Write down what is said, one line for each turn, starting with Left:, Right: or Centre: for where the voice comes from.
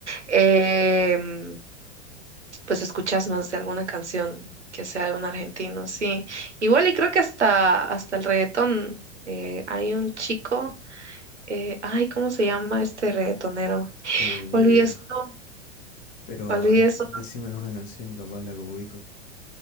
Right: em, pues escuchas más de alguna canción que sea de un argentino, sí. Igual y creo que hasta, hasta el reggaetón eh, hay un chico, eh, ay, ¿cómo se llama este reggaetonero?
Left: Uy, ni
Right: Olvidé
Left: idea.
Right: su nombre,
Left: Pero
Right: olvidé
Left: a ver,
Right: su
Left: decime
Right: nombre.
Left: alguna canción, capaz la que ubico.